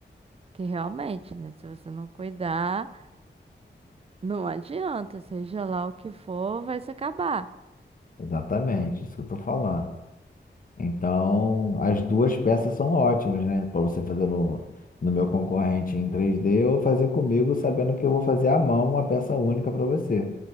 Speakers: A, on the right; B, on the left.
A: Que realmente, né? Se você não cuidar, não adianta, seja lá o que for, vai se acabar.
B: exatamente, isso que eu tô falando. Então, as duas peças são ótimas, né, para você fazer no, no meu concorrente em 3D ou fazer comigo, sabendo que eu vou fazer à mão uma peça única para você.